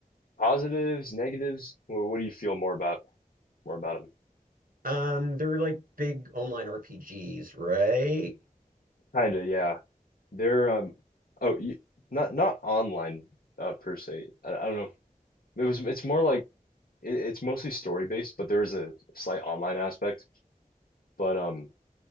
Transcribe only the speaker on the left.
Positives, negatives. Well, what do you feel more about more about them?
Kind of, yeah. They're um oh, you, not not online uh per se. I, I don't know. It was it's more like it, it's mostly story based, but there is a slight online aspect. But um